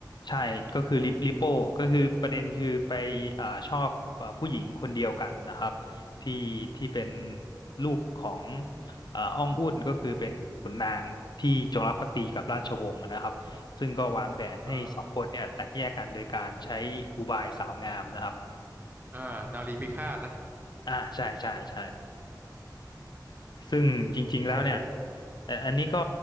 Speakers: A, on the left (about 70°); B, on the right (about 25°).
A: ใช่ก็คือลิปลิโป้ก็คือประเด็นคือไปอ่าชอบอ่าผู้หญิงคนเดียวกันนะครับที่ที่เป็นลูกของอ่าอ้องอุ่นก็คือเป็นขุนนางที่จงรักภักดีกับราชวงศ์นะครับซึ่งก็วางแผนให้สองคนเนี่ยแตกแยกกันโดยการใช้อุบายสาวงามนะครับ
B: อ่าอ่านารีพิฆาตนะ
A: อ่าใช่ใช่ใช่ ซึ่งจริงๆแล้วเนี่ย
B: โอ้
A: เอ่ออันนี้ก็